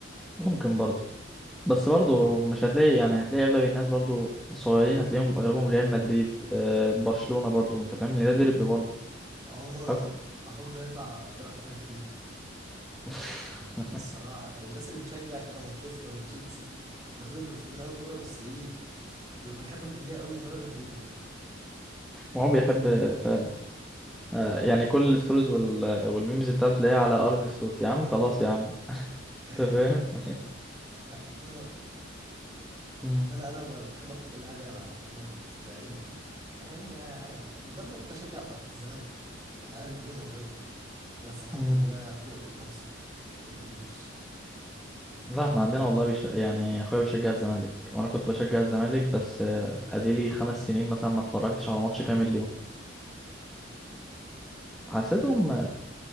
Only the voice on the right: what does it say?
مم.
عموما
أنا- اخوك ده يطلع اكتر واحد فاهم فيهم
الصراحه الناس اللي بتشجع كده مانشستر وتشيلسي الناس دول بيبقوا فاهمين قوي كوره بس ايه بيبقوا بيحبوا الانديه قوي لدرجه غريبه
<laughs>
لا انا
انا انا ب- بحب اخد كل حاجه مع عناد بعيد يعني يعني لدرجه إن انا كنت اشجع بقى الزمالك انا اهلي كلهم اهلاويه بس الحمد
لله فوقت النفس ما كملتش
كده